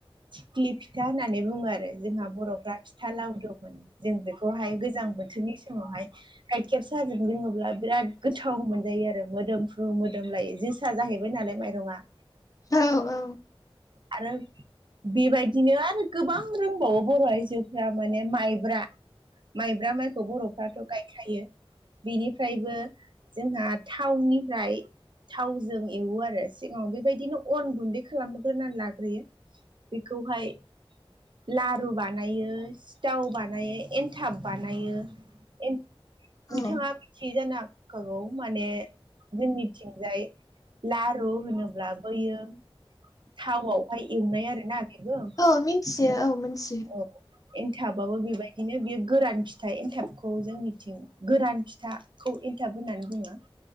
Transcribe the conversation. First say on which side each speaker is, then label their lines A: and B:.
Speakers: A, on the right; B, on the left.
A: थिख्लि फिथा होननानै बुङो आरो जोंहा बर'फ्रा फिथा लावदुम होनो। जों बेखौहाय गोजां बोथोरनि समावहाय गाइखेर साहाजों लोङोब्ला बिराद गोथाव मोनजायो आरो मोदोमफ्र्रु मोदोम लायो जोसा जाहैबाय नालाय माइरङा।
B: औ औ
A: आरो बेबायदिनो आरो गोबां रोंबावो बर' आइजोफ्रा माने माइब्रा माइब्रा माइखौ बर'फ्राथ' गायखायो बिनि फ्रायबो जोंहा थावनिफ्राय थावजों एवो आरो। सिगाङाव बेबायदिनो अन गुन्दै खालामग्रोनानै लाग्रोयो। बेखौहाय लारु बानायो सिथाव बानायो एन्थाब बानायो। एन नोंथाङा
B: औ
A: थि जानो हागौ माने जोंनिथिंजाय लारु होनोब्ला बैयो थावावहाय एवनाय आरोना बेबो।
B: औ मिथियो औ मिथियो।
A: औ एनथाबाबबो बेबायदिनो बेयो गोरान फिथाइ एनथाबखौ जोंनिथिं गोरान फिथा खौ एन्थाब होननानै बुङो।